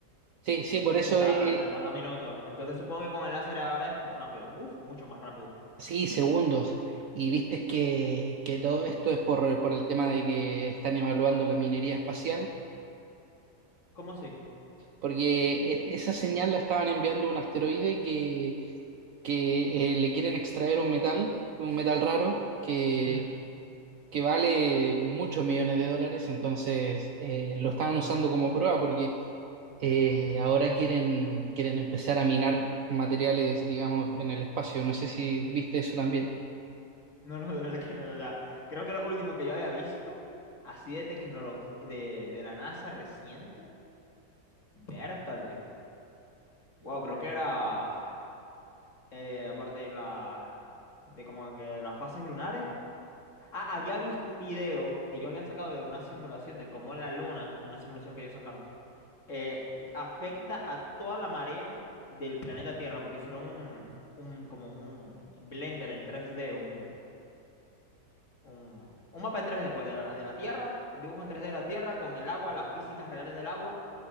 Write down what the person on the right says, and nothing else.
sí, sí,
por
eso
es,
Sí, segundos. Y viste que, que todo esto es por, por el tema de que están evaluando la minería espacial,
porque es- esa señal la estaban enviando a un asteroide que, que eh, le quieren extraer un metal, un metal raro, que,
que vale muchos millones de dólares. Entonces eh, lo estaban usando como prueba porque eh, ahora quieren, quieren empezar a minar materiales, digamos, en el espacio. No sé si viste eso también.